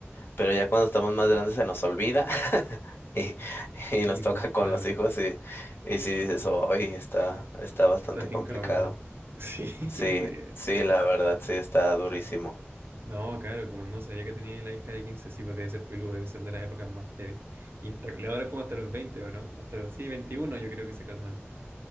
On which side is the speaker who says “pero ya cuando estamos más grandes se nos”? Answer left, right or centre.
Left